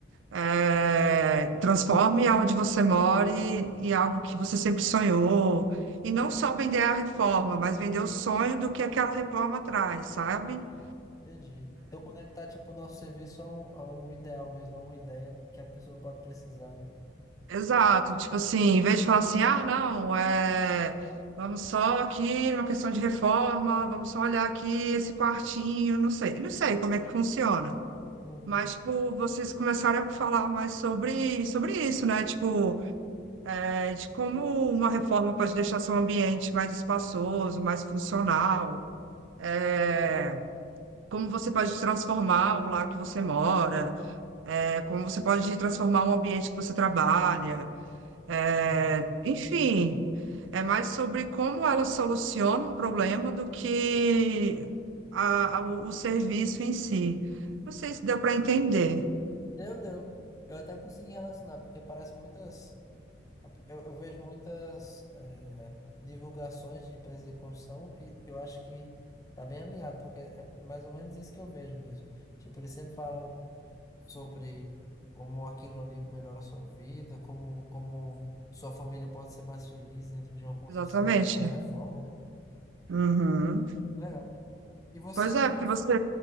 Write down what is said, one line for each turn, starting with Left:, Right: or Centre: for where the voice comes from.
Right: é, transforme aonde você mora e- em algo que você sempre sonhou. E não só vender a reforma, mas vender o sonho do que aquela reforma traz, sabe?
Left: Entendi. Então conectar, tipo, o nosso serviço a um, a um ideal mesmo, a uma ideia que a pessoa pode precisar, né?
Right: Exato, tipo assim, em vez de falar assim, ah, não, é, vamos só aqui numa questão de reforma, vamos só olhar aqui esse quartinho, não sei, não sei como é que funciona.
Left: Uhum,
Right: Mas, tipo, vocês começaram a falar mais sobre, sobre isso, né? Tipo, é, de como uma reforma pode deixar seu ambiente mais espaçoso, mais funcional, é, como você pode transformar o lar que você mora, é, como você pode transformar o ambiente que você trabalha. É,
Left: uhum.
Right: enfim, é mais sobre como ela soluciona um problema do que a- a- o, o serviço em si. Não sei se deu para entender
Left: Deu, deu. Eu até consegui relacionar, porque parece muitas. Eu, eu vejo muitas eh, divulgações de empresas de construção e eu acho que tá bem alinhado, porque é mais ou menos isso que eu vejo mesmo. Tipo, eles sempre falam sobre como aquilo ali melhora a sua vida, como, como sua família pode ser mais feliz dentro de uma construção
Right: exatamente.
Left: ou dentro de uma reforma, né?
Right: Uhum.
Left: Legal. E você,
Right: Pois é,
Left: tipo.
Right: porque
Left: f-
Right: você.